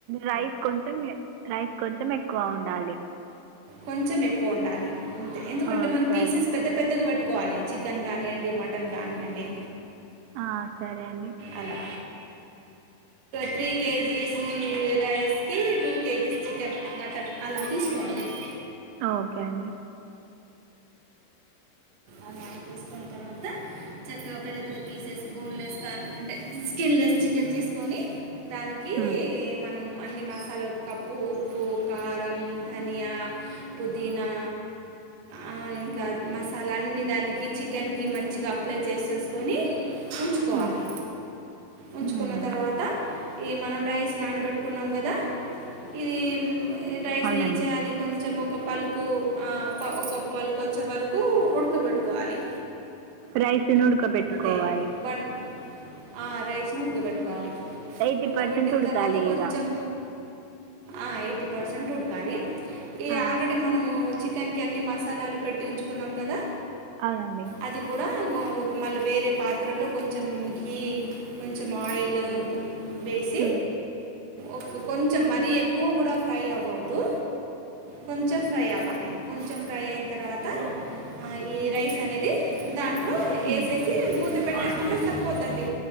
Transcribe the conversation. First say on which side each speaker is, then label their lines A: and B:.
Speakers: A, on the right (about 85°); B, on the right (about 55°).
A: రైస్ కొంచెం, రైస్ కొంచెం ఎక్కువ ఉండాలి.
B: కొంచెం ఎక్కువ ఉండాలి, అంతే ఎందుకంటే
A: ఓ
B: మనంపీసెస్
A: సరే
B: పెద్ద పెద్దగా పెట్ కోవాలి చికెన్ కానినియండి, మటన్ కానినీయండి.
A: ఆ సరే అండి
B: అలా త్రీ కేజీస్ రైస్ కి టూ కేజీస్ చికెన్ మటన్ అలా తీసుకు పాలిక్
A: ఓకే అండి
B: అలా తీసుకున్న తర్వాత చక్కగా పెద్ద పెద్ద పీసెస్ బోన్లెస్ కానీ అంటే స్కిన్ లెస్ చికెన్ తీసుకొని దానికి
A: మ్మ్.
B: మనం అన్ని మసాలా కప్పు ఉప్పు కారం ధనియా పుదీనా అవు ఇంకా మ అలు అన్ని దానికి చికెన్కి మంచిగా అప్లై చేసేసుకొని ఉంచుకోవాలి
A: మ్మ్.
B: ఉంచుకున్న
A: మ్మ్.
B: తర్వాత ఈ మనం రైస్ నానబెట్టుకున్నాం కదా ఇది రైస్
A: అవునండి
B: న ఏం చేయాలి కొంచెం ఒక పలు పలుకొచ్చే వరకు ఉడకబెట్టుకోవాలి
A: రైసుని ఉడక పెట్టుకోవాలి
B: అంటే బన్ ఆ రైస్ని ఉడకబెట్టుకోవాలి
A: ఎయిటీ
B: ఉడకబెట్టిన
A: పర్సెంట్ ఉడకాలి
B: తర్వాత కొంచెం
A: ఇక
B: ఆ ఎయిటీ పర్సెంట్ ఉడకాలి ఈ
A: ఆ,
B: ఆల్రెడీ మనము చికెన్కి మసాలాలు పెట్టించుకున్నాం కదా
A: అవునండి
B: అది కూడా మళ్ళీ వేరే పాత్రలు కొంచెం గీ కొంచెం ఆయిల్ వేసి
A: ఉమ్,
B: ఒక కొంచెం మరీ ఎక్కువ కూడా ఫ్రై అవ్వద్దు కొంచెం ఫ్రై అవ్వాలి కొంచెం ఫ్రై అయిన తర్వాత ఈ రైస్ అనేది దాంట్లో
A: ఉమ్,
B: ఎ మూత పెట్టేసుకుంటే సరిపోదండి